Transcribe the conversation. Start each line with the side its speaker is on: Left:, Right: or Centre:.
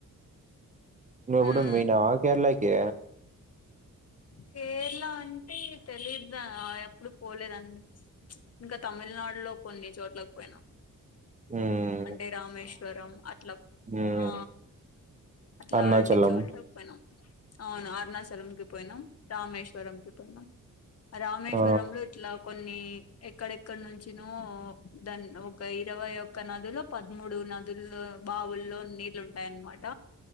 Right: నువ్వు
Left: మ్మ్
Right: కూడా పోయిన్నావా కేరళకి
Left: కేరళ అంటే తెలిదా ఎప్పుడు పోలేదండి ఇంకా తమిళనాడులో కొన్ని చోట్లకు పోయినాం
Right: ఉమ్
Left: అంటే రామేశ్వరం అట్లా
Right: ఉమ్
Left: ఆ అట్లాంటి
Right: అరుణాచలం
Left: చోట్ల పోయినాం అవును అరుణాచలంకి పోయినాం రామేశ్వరంకి పోయినాం రామేశ్వరంలో
Right: ఆ
Left: ఇట్లా కొన్ని ఎక్కడెక్కడ నుంచనో దాని ఒక ఇరవై ఒక్క నదుల్లో పదమూడు నదులు బావుల్లో నీళ్లు ఉంటాయన్నమాట